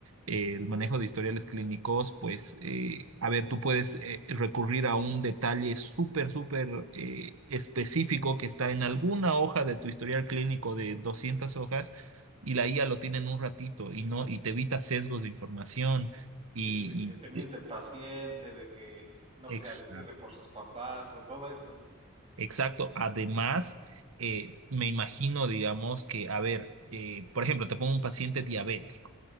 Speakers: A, on the right; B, on the right.
A: eh, el manejo de historiales clínicos, pues, eh, a ver, tú puedes eh, recurrir a un detalle súper, súper eh, específico que está en alguna hoja de tu historial clínico de 200 hojas. Y la IA lo tiene en un ratito y no, y te evita sesgos de información y,
B: de, de que te miente
A: y
B: el paciente, de que no
A: Ex-
B: quiera decirle por sus papás o todo eso.
A: Exacto. Además, eh, me imagino, digamos, que, a ver, eh, por ejemplo, te pongo un paciente diabético.